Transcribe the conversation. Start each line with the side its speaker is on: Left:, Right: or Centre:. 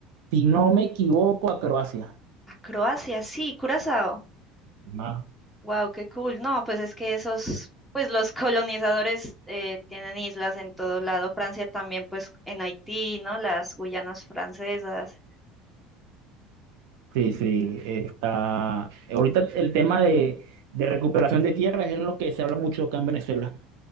Right: si no me equivoco, a Croacia.
Centre: A Croacia, sí, Curazao.
Right: Ah,
Centre: Wow, qué cool. No, pues es que esos, pues los colonizadores eh, tienen islas en todo lado. Francia también, pues en Haití, ¿no? Las Guyanas francesas.
Right: sí, sí, está. Ahorita el tema de, de recuperación de tierras es lo que se habla mucho acá en Venezuela.